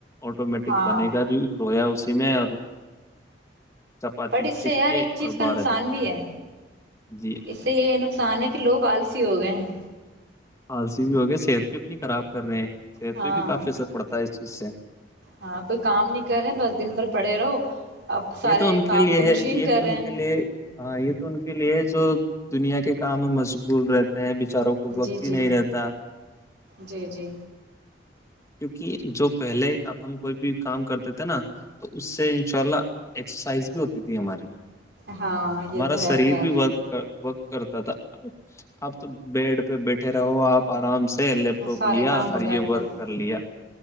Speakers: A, on the left; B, on the right.
A: آٹومیٹک
B: ہاں
A: بنے گا بھی لوہ جی میں اور چپاتی
B: بٹ اس
A: سک
B: سے یار
A: کے
B: ایک
A: اور
B: چیز کا
A: بارہ
B: نقصان
A: دیں
B: بھی ہے
A: جی
B: اس سے یہ ن سانے کے لوگ آلسی ہو گئے ہیں
A: پالسی بھی ہوگی صحت بھی اپنی خراب کر رہے ہیں صحت
B: ہاں
A: پہ بھی کافی اثر پڑتا ہے جی سے
B: ہاں کوئی کام نہیں کر رہے بس دن بھر پڑے رہو اب سارے
A: یہ تو ان کے
B: کام
A: لیے
B: تو مشین
A: ہے یہ
B: کر
A: تو
B: رہے
A: ان
B: ہیں
A: کے لیے ہاں یہ تو ان کے لیے جو دنیا کے کام میں مجبور رہتے بچاروں کو وقتی
B: جی جی
A: نہیں رہتا
B: جی جی
A: کیونکہ جو پہلے اپ کوئی بھی کام کرتے تھے نا تو اس سے انشاء اللہ ایکسرسائز بھی ہوتی تھی ہماری
B: ہاں یہ
A: ہمارا
B: تو ہے
A: شریر
B: خیر
A: بھی ورک ورک کرتا تھا اب تو بیڈ پہ بیٹھے رہو آپ آرام سے لیپ ٹاپ
B: سارے
A: لیا
B: کام ہو
A: اور
B: جاتے
A: یہ ورک
B: ہیں
A: لیا